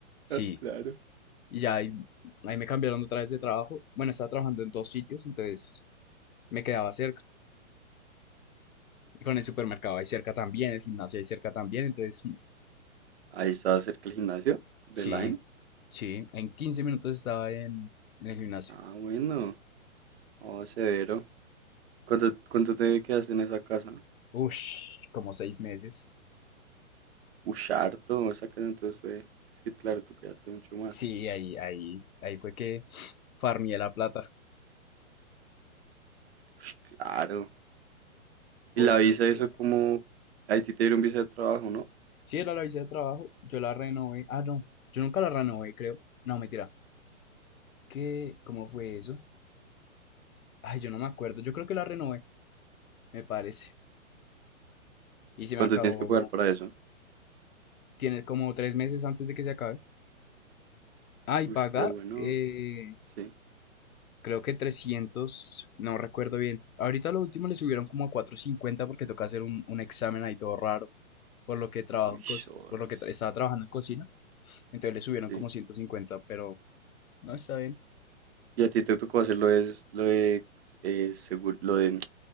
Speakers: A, on the left (about 90°); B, on the right (about 50°).
A: Sí.
B: Ah, claro.
A: Y ya ahí, ahí me cambiaron otra vez de trabajo. Bueno, estaba trabajando en dos sitios, entonces me quedaba cerca. Con el supermercado ahí cerca también, el gimnasio ahí cerca también, entonces mm,
B: Ahí estaba cerca el gimnasio de
A: Sí,
B: Line.
A: sí. en 15 minutos estaba en, en el gimnasio.
B: Ah, bueno. Oh, severo. ¿Cuánto, cuánto te quedaste en esa casa?
A: Ush, como seis meses.
B: Ush, harto. Esa casa entonces fue. Es que claro, tú quedaste mucho más.
A: Sí, ahí, ahí, ahí fue que farmeé la plata.
B: Ush, claro.
A: Porque
B: Y la visa, eso como. A ti te dieron visa de trabajo, ¿no?
A: sí, era la visa de trabajo, yo la renové. Ah, no, yo nunca la renové, creo. No, mentira. ¿Qué? ¿Cómo fue eso? Ay, yo no me acuerdo. Yo creo que la renové, me parece. Y se
B: ¿Cuánto
A: me acabó.
B: tienes que pagar para eso?
A: Tiene como tres meses antes de que se acabe. Ah, y pagar,
B: Ush, pero bueno.
A: eh,
B: Sí.
A: creo que 300. no recuerdo bien. Ahorita lo último le subieron como a 450 porque toca hacer un, un examen ahí todo raro. Por lo que trabajo
B: Ush,
A: en cos-
B: horas.
A: por lo que tra- estaba trabajando en cocina. Entonces le subieron
B: Sí.
A: como 150, pero no está bien.
B: Y a ti te tocó hacer lo de. Lo de. eh, seguro, lo de.